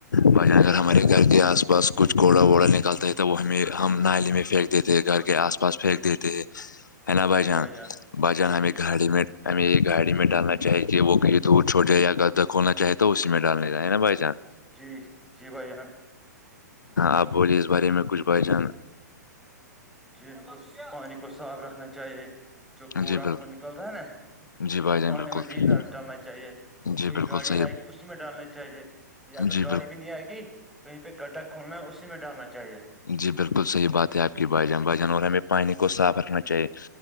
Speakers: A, on the left; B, in the centre.
A: بھ جان
B: جی
A: اگر
B: بھائی
A: ہمارے گھر کے آس پاس بس کچھ گھوڑا ووڑا نکلتا ہے تو وہ ہمیں ہم نالی میں پھینک دیتے ہیں گھر کے آس پاس پھینک دیتے ہے نہ بجان
B: جی بھائی جان
A: بجان
B: جی جی
A: میں گھاڑی میںین ہمیں ایک گاڑی میں ڈالنا چاہے کہ وہ کہیں دور چھوڑ جائے یا گغدہ کولنا چاہے تو اسی میں ڈالنے کااہ ہے نا بائی چانس
B: جی جی بھائی جان
A: آپ بولے اس بارے میں کچھ بائی جان
B: ان کو پانی کو صاف رکھنا چاہیے جو کوڑا
A: جی بالکل
B: ہم کو نکل رہا ہے نا
A: جی بھائی
B: وہ
A: جان
B: پانی
A: بالکل
B: میں نہیں ڈالنا چاہیے
A: جی
B: کوئی
A: بالکل
B: گاڑی
A: صحیح
B: آئے گی اسی میں ڈالنی چاہیے یا اگر
A: جی
B: گاڑی
A: بالکل
B: بھی نہیں آئے گی کہیں پہ گڈھا کھولنا ہے اسی میں ڈالنا چاہیے
A: جی بالکل صحیح بات ہے آپ کی بھائی جان بھائی جان اور ہمیں پانی کو صاف رکھنا چاہیے